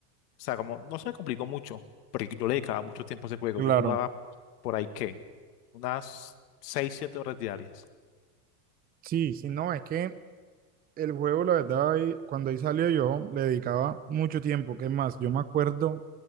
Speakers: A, on the left; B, on the right.
A: o sea, como no se me complicó mucho, porque yo le dedicaba mucho tiempo a ese juego,
B: Claro,
A: yo jugaba por ahí que unas 6 7 horas diarias.
B: sí, sí, no, es que El juego, la verdad, ahí- cuando ahí salió yo, le dedicaba mucho tiempo. ¿Qué más? Yo me acuerdo